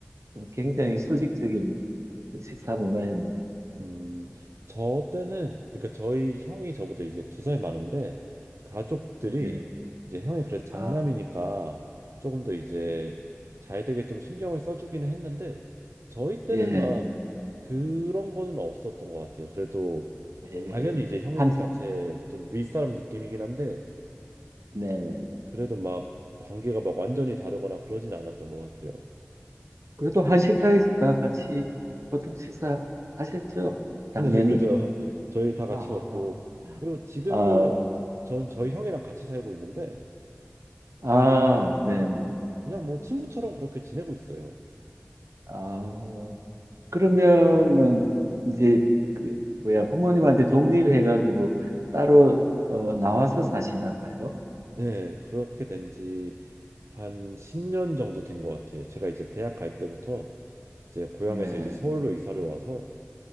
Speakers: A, on the right; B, on the right.
A: 좀 굉장히 수직적인 식사 문화였네요.
B: 음, 저 때는, 그러니까 저희 형이 저보다 이제 두 살 많은데, 가족들이
A: 예,
B: 이제 형이 그래서 장남이니까
A: 아,
B: 조금 더 이제
A: 예,
B: 잘 되게 좀 신경을 써주기는 했는데, 저희 때는
A: 예,
B: 막 그런 거는 없었던 것 같아요. 그래도
A: 예.
B: 당연히 이제 형이니까
A: 한참,
B: 제 좀 윗사람 느낌이긴 한데,
A: 네네.
B: 그래도 막 관계가 막 완전히 다르거나 그러진 않았던 것 같아요.
A: 그래도 한 식탁에서 다 같이 보통 식사 하셨죠?
B: <laughs>
A: 당연히.
B: 네, 그죠. 저희 다 같이
A: 아,
B: 먹고,
A: 아,
B: 그리고 지금도
A: 아,
B: 저는 저희 형이랑 같이 살고 있는데,
A: 아, 네네.
B: 그냥 뭐 친구처럼 그렇게 지내고 있어요.
A: 아, 그러면은 이제 그 뭐야 부모님한테 독립해가지고 따로 어, 나와서 사시나 봐요.
B: 네, 그렇게 된지 한 10년 정도 된 것 같아요. 제가 이제 대학 갈 때부터 이제 고향에서
A: 네.
B: 이제 서울로 이사를 와서